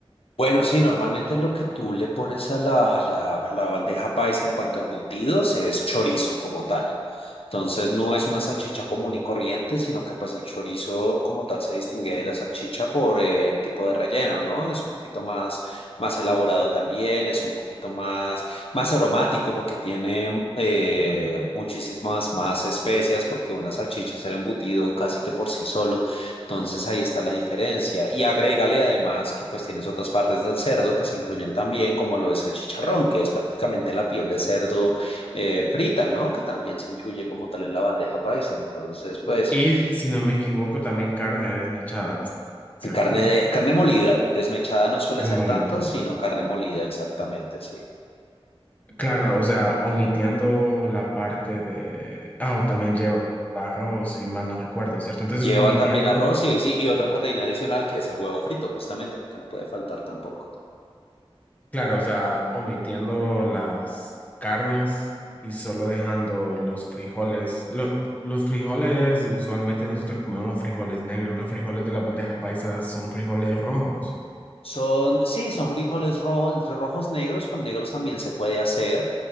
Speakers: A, on the left; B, on the left.
A: Bueno, sí, normalmente lo que tú le pones a la, a la, a la bandeja paisa en cuanto a embutidos es chorizo como tal. Entonces no es una salchicha común y corriente, sino que pues el chorizo como tal se distingue de la salchicha por eh, el tipo de relleno, ¿no? Es un poquito más, más elaborado también, es un poquito más, más aromático porque tiene eh, muchísimas más especias porque una salchicha es el embutido casi que por sí solo. Entonces ahí está la diferencia. Y agrégale además que pues tienes otras partes del cerdo que se incluyen también, como lo es el chicharrón, que es prácticamente la piel de cerdo eh, frita, ¿no? Que también se incluye como tal en la bandeja paisa. Entonces, pues,
B: Y si no me equivoco, también carne desmechada, ¿cierto?
A: carne de, carne molida, desmechada no suele
B: Carne
A: ser
B: molida.
A: tanto, sino carne molida, exactamente, sí.
B: Claro, o sea, omitiendo la parte de... Ah, o también lleva arroz, si mal no recuerdo, ¿cierto? Entonces,
A: Lleva
B: omitiendo
A: también arroz y, sí, y otra proteína adicional que es el huevo frito, justamente, porque no puede faltar tampoco.
B: Claro, o sea, omitiendo las carnes y solo dejando los frijoles. Lo- los frijoles, usualmente nosotros comemos frijoles negros. Los frijoles de la bandeja paisa son frijoles rojos.
A: Son, sí, son frijoles rojos, entre rojos negros, con negros también se puede hacer.